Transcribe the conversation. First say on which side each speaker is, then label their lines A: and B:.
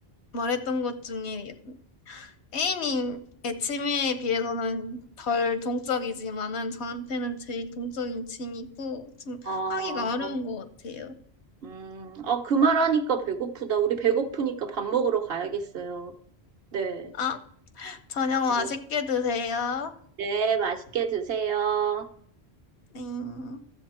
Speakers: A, on the left; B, on the right.
A: 말했던 것 중에 A님 의 취미에 비해서는 덜 동적이지만은 저한테는 제일 동적인 취미고 좀
B: 어,
A: 하기가 어려운 것 같아요.
B: 음, 어, 그 말하니까 배고프다. 우리 배고프니까 밥 먹으러 가야겠어요. 네,
A: 아, 저녁 맛있게
B: 네,
A: 드세요.
B: 네, 맛있게 드세요.
A: 네.